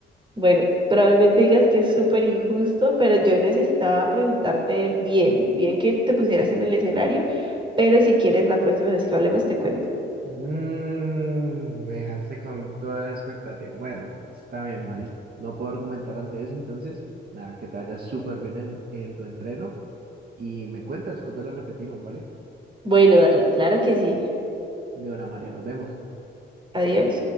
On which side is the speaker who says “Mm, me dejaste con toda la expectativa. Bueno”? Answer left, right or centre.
Right